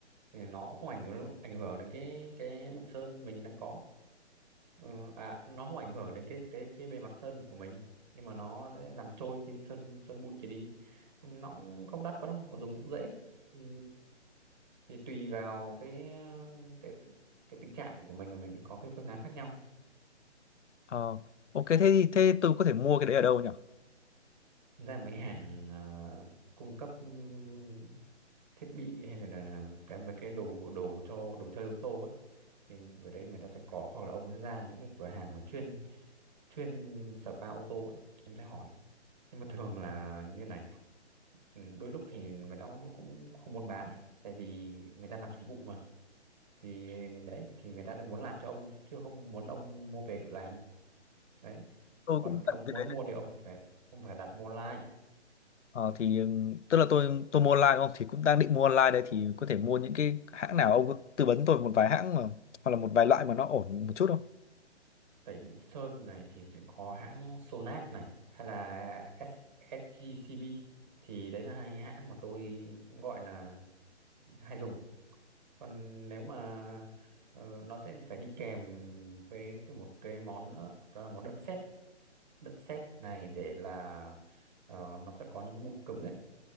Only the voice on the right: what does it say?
thì nó cũng không ảnh hưởng ảnh hưởng đến cái cái bụi sơn mình đang có. Ừ, à nó không ảnh hưởng đến cái cái cái bề mặt sơn của mình nhưng mà nó sẽ làm trôi cái sơn sơn bụi kia đi nó cũng không đắt quá đâu mà dùng cũng dễ thì thì tùy vào cái ờ, cái cái tình trạng của mình mà mình có cái phương án khác nhau
Thật ra mấy hàng ờ, cung cấp ừm, thiết bị hay là, là cái mấy cái đồ đồ cho đồ chơi ô tô ấy thì ở đấy người ta sẽ có hoặc là ông sẽ ra những cái cửa hàng mà chuyên chuyên spa ô tô ấy ông sẽ hỏi nhưng mà thường là như này ừ, đôi lúc thì người ta cũng cũng không muốn bán ấy. tại vì người ta làm dịch vụ mà thì đấy thì người ta đã muốn làm cho ông chứ không muốn ông mua về tự làm đấy
còn
ông
muốn
mua thì ông phải ông phải đặt mua online
tẩy bụi sơn này thì sẽ có hãng Sonac này hay là SSGCB thì đấy là hai hãng mà tôi gọi là hay dùng còn nếu mà ờ, nó sẽ phải đi kèm với cái một cái món nữa đó là món đất sét đất sét này để là ờ, nó sẽ có những cái bụi cứng ấy